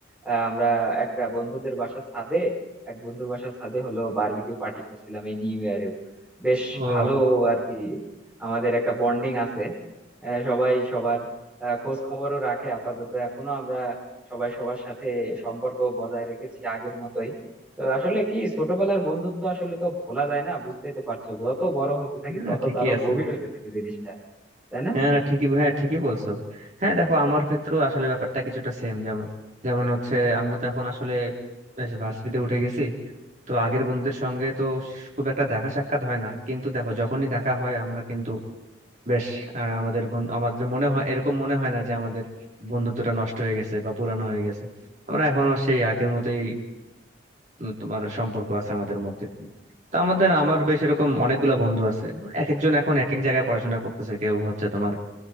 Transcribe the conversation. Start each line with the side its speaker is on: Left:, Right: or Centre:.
Centre: আহ, আমরা একটা বন্ধুদের বাসার ছাদে এক বন্ধুর বাসার ছাদে হলো বারবিকিউ পার্টি করছিলাম এই নিউ ইয়ারেও বেশ
Right: ও
Centre: ভালো আর কি আমাদের একটা বন্ডিং আছে আহ, সবাই সবার আহ, খোঁজ খবরও রাখে আপাতত এখনো আমরা সবাই সবার সাথে সম্পর্ক বজায় রেখেছি আগের মতোই তো আসলে কি ছোটবেলার বন্ধুত্ব আসলে তো ভোলা যায় না বুঝতেই তো পারছো যত বড় হতে থাকি
Right: হ্যাঁ
Centre: তত
Right: না ঠিকই
Centre: তারও
Right: আছে
Centre: গভীর হতে থাকে জিনিসটা তাই না
Right: হ্যাঁ না ঠিকই হ্যাঁ ঠিকই বলছো হ্যাঁ দেখো আমার ক্ষেত্রেও আসলে ব্যাপারটা কিছুটা সেম যেমন যেমন হচ্ছে আমরা তো এখন আসলে বেশ ভার্সিটিতে উঠে গেছি তো আগের বন্ধুদের সঙ্গে তো খুব একটা দেখা সাক্ষাৎ হয় না কিন্তু দেখো যখনই দেখা হয় আমরা কিন্তু বেশ আহ, আমাদের বন- আমাদের মনে হয় এরকম মনে হয় না যে আমাদের বন্ধুত্বটা নষ্ট হয়ে গেছে বা পুরানো হয়ে গেছে আমরা এখনো সেই আগের মতোই উম, তোমার সম্পর্ক আছে আমাদের মধ্যে তো আমাদের আমার বেশ এরকম অনেকগুলা বন্ধু আছে এক একজন এখন এক এক জায়গায় পড়াশোনা করতেছে কেউ হচ্ছে তোমার